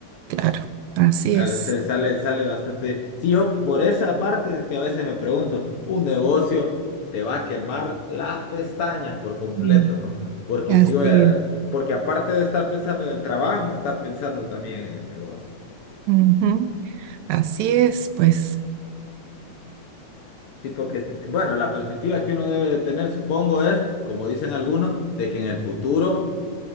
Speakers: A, on the right (about 80°); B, on the left (about 60°).
A: claro. Así
B: Claro,
A: es.
B: Se sale, sale bastante. Sí, yo por esa parte es que a veces me pregunto, un negocio te va a quemar las pestañas por completo,
A: Mm,
B: ¿no? porque
A: Así
B: si voy a-
A: es.
B: porque aparte de estar pensando en el trabajo, estar pensando también en el negocio.
A: Ujú. Así es, pues.
B: Sí, porque, bueno, la perspectiva que uno debe de tener, supongo, es, como dicen algunos, de que en el futuro